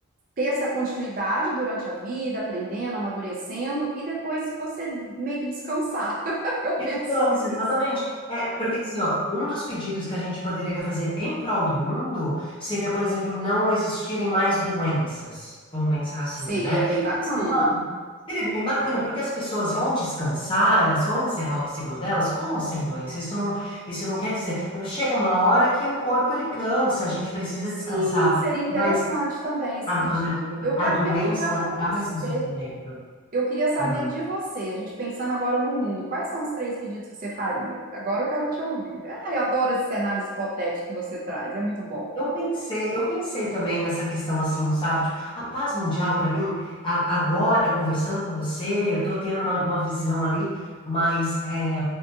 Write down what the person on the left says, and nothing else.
Distância,
exatamente. É, porque assim, ó, um dos pedidos que a gente poderia fazer em prol do mundo seria, por exemplo, não existirem mais doenças. Vamos pensar assim,
né?
Seria, ótimo. seria bem bacana, porque as pessoas vão descansar, elas vão encerrar o ciclo delas com ou sem doença. Isso não, isso não quer dizer. Chega uma hora que o corpo ele cansa, a gente precisa
descansar.
Mas
agora
a
doença
ela
traz um sofrimento.
Hum.
Eu pensei, eu pensei também nessa questão assim, sabe? Tipo, a paz mundial para mim, a- agora conversando com você, eu tô tendo uma, uma visão ali, mas é,